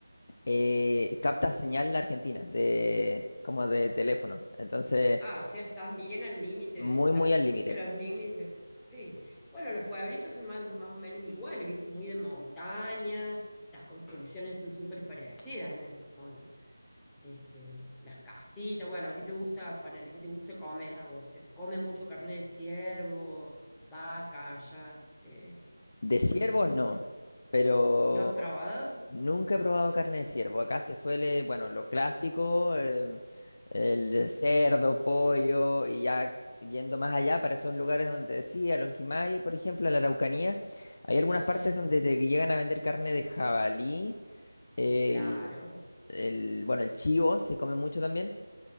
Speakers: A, on the left; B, in the centre.
A: eh, captas señal de Argentina, de, como de teléfono. Entonces,
B: Ah, o sea, están bien al límite,
A: muy,
B: están,
A: muy al límite.
B: ¿viste los límites? Sí. Bueno, los pueblitos son más, más o menos iguales, ¿viste? Muy de montaña, las construcciones son súper parecidas en esa zona. Este, las casitas, bueno, ¿qué
A: Ok.
B: te gusta poner? ¿Qué te gusta comer a vos? ¿Se come mucho carne de ciervo, vaca, ya? eh,
A: De ciervos
B: que no sé qué.
A: no, pero
B: ¿No has probado?
A: Nunca he probado carne de ciervo. Acá se suele, bueno, lo clásico, eh, el cerdo, pollo, y ya yendo más allá para esos lugares donde decía, Lonquimay, por ejemplo, la Araucanía, hay algunas
B: Sí,
A: partes donde te llegan a vender carne de jabalí, el,
B: claro.
A: el, bueno, el chivo se come mucho también.